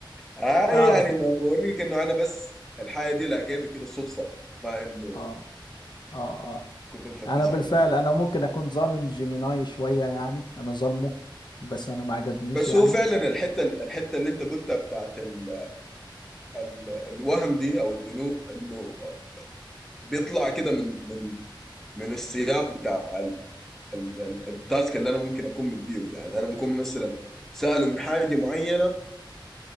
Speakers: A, in the centre; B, on the left.
A: آه
B: تعرف
A: يعني ما بوريك انه انا بس الحاجه دي لقيتها كده صدفه ما انه
B: اه اه آه.
A: كنت بفتش
B: انا بالفعل
A: عليها
B: انا ممكن اكون ظالم جيميناي شويه يعني انا ظالمه بس انا ما عجبنيش
A: بس
B: يعني
A: هو فعلا الحته الحته اللي انت قلتها بتاعت ال ال الوهم دي او الدنو انه بيطلع كده من من من السياق بتاع ال ال ال التاسك اللي انا ممكن اكون مديه يعني انا ممكن مثلا ساله من حاجه معينه